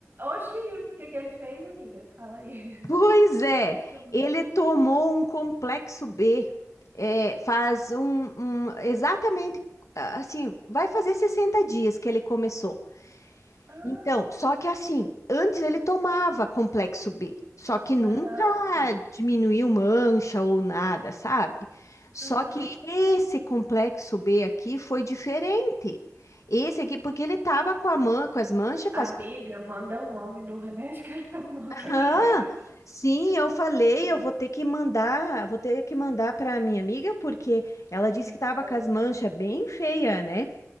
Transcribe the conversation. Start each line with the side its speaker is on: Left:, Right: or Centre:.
Right: Oxi, o que que ele fez, amiga? Fala aí.
Left: Pois é,
Right: Sumiu.
Left: ele tomou um complexo B. É, faz um,
Right: Oxi.
Left: um- exatamente ah, assim, vai fazer 60 dias que ele começou.
Right: Ah,
Left: Então, só que assim, antes ele tomava complexo B, só que nunca
Right: aham, tem.
Left: diminuiu mancha ou nada, sabe? Só
Right: Aham.
Left: que esse complexo B aqui foi diferente. Esse aqui, porque ele tava com a man, com as manchas,
Right: Amiga,
Left: faz.
Right: manda o nome do remédio que ele tomou
Left: Ah,
Right: que eu quero.
Left: sim, eu falei,
Right: Hum,
Left: eu vou ter que mandar,
Right: Eu quero
Left: vou ter que mandar para minha amiga, porque ela disse
Right: Eu
Left: que
Right: quero
Left: tava com as
Right: saber.
Left: manchas bem feia, né?